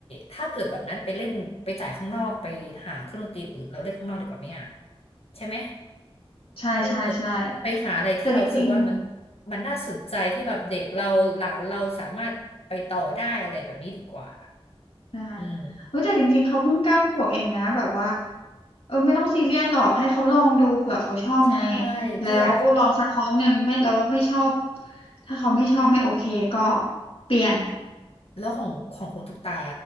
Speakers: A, on the left (about 80°); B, on the left (about 65°).
A: ถ้าเกิดแบบนั้นไปเล่นไปจ่ายข้างนอกไปหาเครื่องดนตรีอื่นแล้วเล่นข้างนอกดีกว่าไหมอ่ะใช่ไหม
B: ใช่ใช่ใช่
A: เออไปหาอะไรที่เรารู้สึกว่ามัน
B: แต่จริง
A: มันน่าสนใจที่แบบเด็กเราหลานเราสามารถไปต่อได้อะไรแบบนี้ดีกว่า
B: ๆได้
A: อืม
B: เฮ้ยแต่จริงๆเขาเพิ่งเก้าขวบเองนะแบบว่าเออไม่ต้องซีเรียสหรอกให้เขาลองดูเผื่อเขาชอบไง
A: ใช่
B: แล้วลองสักครั้งหนึ่งไม่แล้วไม่ชอบ
A: ก็อยาก
B: ถ้าเขาไม่ชอบไม่โอเคก็เปลี่ยน
A: แล้วของของคุณตุ๊กตา